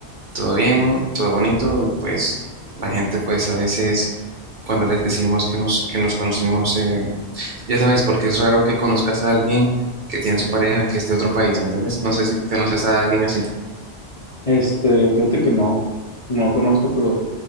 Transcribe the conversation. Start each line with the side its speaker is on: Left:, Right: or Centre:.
Right: todo bien, todo bonito y pues la gente pues a veces cuando les decimos que nos, que nos conocimos... eh, Ya sabes, porque es raro que conozcas a alguien que tiene su pareja que es de otro país, ¿me entiendes? No sé si conoces a alguien así.
Left: Este, fíjate que no, no conozco, pero,